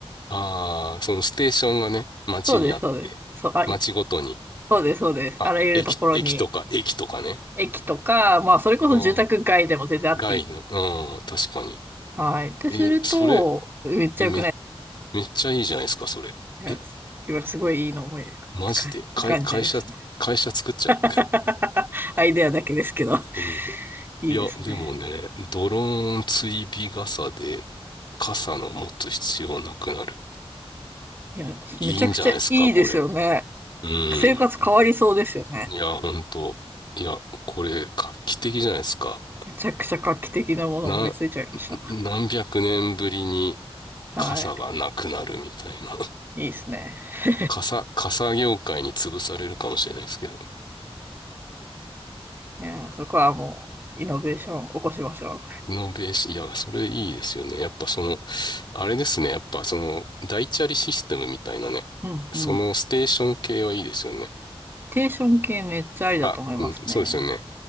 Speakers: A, on the left; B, on the right.
A: ああ、そのステーションがね、街にあって、
B: そうです、そうです。そう、あ、
A: 街ごとに、
B: いそうです、そうです。
A: あ、
B: あらゆるところに、
A: 駅、駅とか、駅とかね。
B: 駅とか、まあ、それこそ住宅街でも全然あっていいと。
A: うん。街の、うん、確かに。
B: はい。ってすると、
A: え、それ、
B: めっちゃ良くない
A: え、め、めっちゃいいじゃないですか、それ。
B: いや今すごいいいの思いつか浮かんじゃいましたね。
A: え、マジで、会、会社、会社作っちゃう。
B: <laughs> アイデアだけですけど、
A: うん。
B: いいですね。
A: いや、でもね、ドローン追尾傘で、傘の持つ必要なくなる。
B: いや、めちゃくちゃいいですよね。
A: いいんじゃないですか、これ。うん。
B: 生活変わりそうですよね。
A: いや、ほんと。いや、これ、画期的じゃないですか。
B: めちゃくちゃ画期的なもの思いついちゃいまし
A: な、何百年ぶりに
B: た。
A: 傘がなくなるみたいな。
B: はい。
A: <laughs>
B: いいですね。<laughs>
A: 傘、傘業界に潰されるかもしれないですけど。
B: いや、そこはもう、イノベーション起こしましょ
A: イノベーション、いや、それいいですよね。やっぱその、あれですね。やっぱその、大チャリシステムみたいなね。
B: う。うんうん。
A: そのステーション系はいいですよね。
B: テーション系めっちゃありだと思いますね。
A: あ、うん、そうですよね。